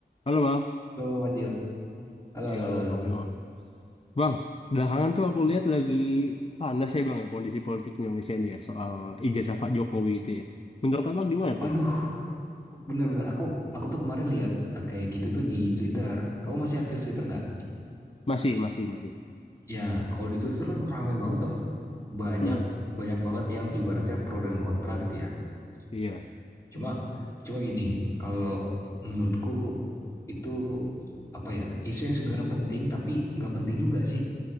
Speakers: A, on the left; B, on the left.
A: Halo Bang.
B: Halo Fadil. Halo,
A: Ya
B: halo, halo, halo.
A: Bang Yo. Bang, belakangan tuh aku lihat lagi panas ya Bang ya kondisi politik Indonesia nih ya soal ijazah Pak Jokowi itu ya. Menurut Abang gimana
B: Waduh,
A: tuh Bang?
B: bener-bener aku aku tuh kemarin lihat eh, kayak gitu tuh di Twitter. Kamu masih aktif Twitter nggak?
A: Masih, masih, masih.
B: Ya, kalau di Twitter tuh kan ramai banget tuh. Banyak
A: Hmm,
B: banyak banget yang ibaratnya pro dan kontra gitu ya.
A: iya.
B: Gitu. Cuma cuma gini, kalau menurutku itu apa ya? Isu yang sebenarnya penting tapi nggak penting juga sih.